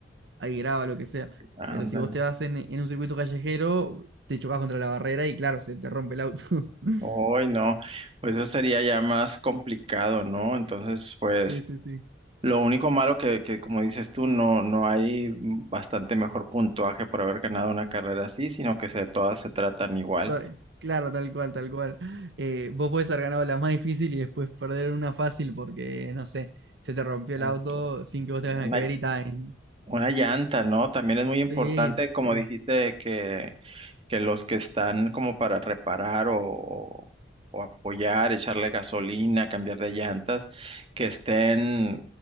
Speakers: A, on the right; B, on the right.
A: hay grava, lo que sea.
B: Ándale.
A: Pero si vos te vas en, en un circuito callejero, te chocas contra la barrera y claro, se te rompe el auto. <laughs>
B: Hoy no, pues eso sería ya más complicado, ¿no? Entonces, pues
A: Sí, sí, sí.
B: lo único malo que, que como dices tú, no, no hay mm, bastante mejor puntuaje por haber ganado una carrera así, sino que se, todas se tratan igual.
A: Ay, Claro, tal cual, tal cual. Eh, vos podés haber ganado la más difícil y después perder una fácil porque, no sé, se te rompió el
B: Eh,
A: auto sin que vos tengas
B: Una,
A: nada que ver y tal.
B: una llanta, ¿no? También es muy importante,
A: Sí, sí,
B: como
A: sí.
B: dijiste, que que los que están como para reparar o, o- o apoyar, echarle gasolina, cambiar de llantas, que estén,